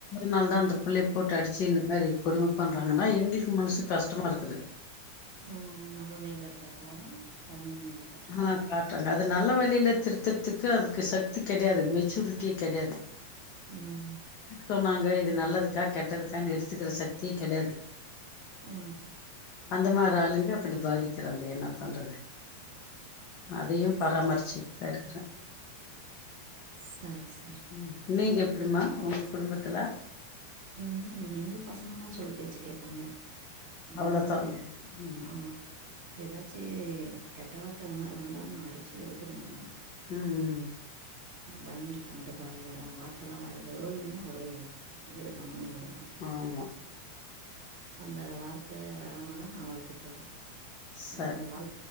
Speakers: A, on the left; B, on the right.
A: னால தா அந்த புள்ளய போட்டு அடிச்சு இந்த மாதிரி கொடும பண்றாங்கன்னா எங்களுக்கு மனசுக்கு கஷ்டமா இருக்குது
B: ம் நம்ம மேல இருக்கறக்கோவோ கொழந்தைங்க மேல காட்றாங்க
A: ஆ காட்டுறேங்க அது அது நல்ல வழியில திருத்துறதுக்கு அதுக்கு சக்தி கெடையாது மெச்சூரிட்டியே கெடையாது
B: ம்
A: சொன்னாங்க இது நல்லது க்கா கெட்டதுகான்டி எடுத்துகிற சக்தியே கெடையாது
B: ம்
A: அந்த மாரி ஆளுங்க அப்டி பாதிக்கிறாங்க என்ன பண்றது அதையு பராமரிச்சிட்டுதா
B: சரி
A: இருக்குறா
B: சரி சரி
A: ம் நீங்கப் அப்டிமா உங்க குடும்பத்ல
B: ம் எங்க பசங்கெல்லா சொல் பேச்சு கேப்பாங்க ம்
A: அவ்வளோதா ம்
B: ஆமா ஏதாச்சு கெட்ட வார்த்த அது மாரி வந்தானா அடிச்சு வெழுத்துடுவேன் நா
A: ம்ம்
B: பயம் இருக்கு அந்த பயம் வார்த்த எல்லா வராது ஓய்னா ஒரே இது கம்முன் ஆய்டும்
A: ஆமா
B: அந்த வார்த்த வராமதா நா வளர்த்துட்டு வரேன்
A: சரி
B: அந்த மாறி வாழ்